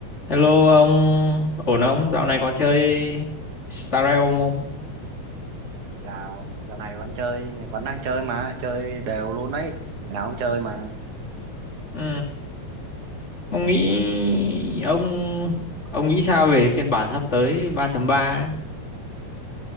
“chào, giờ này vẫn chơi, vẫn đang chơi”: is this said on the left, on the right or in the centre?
Right